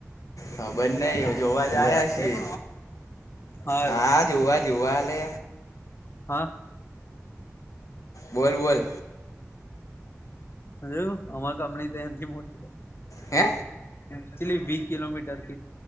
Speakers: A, on the left; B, on the left.
A: ખબર નઈ હ જોવા જ
B: લે
A: આયા
B: વાત
A: છી
B: કર હાલ
A: હા જોવા જ જોવાલે
B: હા
A: બોલ બોલ
B: હ અમા કામ ન એમ મોટી
A: હે
B: એચુલી વી કલોમીટર ક